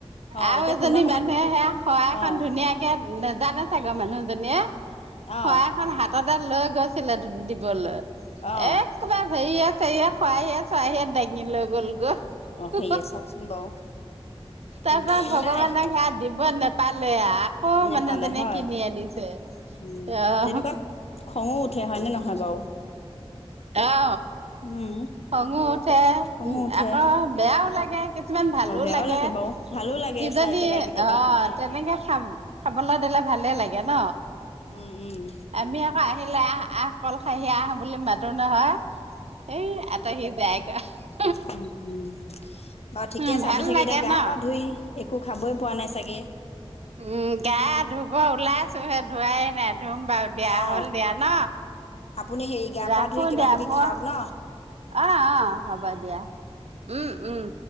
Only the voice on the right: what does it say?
আৰু
এজনী
মানুহে সেইয়া খৰা এখন
ধুনীয়াকে নাজানে চাগৰ মানুহ যেনে শৰাই
খন হাতত এটা লৈ গৈছিলে, ধুনুক দিবলৈ।
একবাৰ হেৰি চেৰি আছে। সৰাহিয়ে-চৰাহিয়ে দাঙিলৈ গ'লগৈ।
তাৰপা
ভগৱানক ইয়াত দিব ন পালে অ আকৌ
মানুহজনে
কিনি আনিছে
আহ
অ।
খঙো উঠে,
উম।
আকৌ বেয়াও লাগে, কিছুমান ভালো
লাগে।
কিজনী
অ, তেনেকে খাম খাবলৈ দিলে ভালে লাগে ন।
আমি আহিলে আহ আহ কল খহি আহ বুলি মা টো নহয়, এই আটহি যায় <unintelligible>
উম
ভাল
লাগে
ন
উম। গা ধুব ওলাইছ ধৱাই নাই ধুম বাৰু দিয়া,
হ'ল দিয়া ন?
ৰাখো
দিয়া
মই,
অ-অ, হ'ব দিয়া, উম। উম।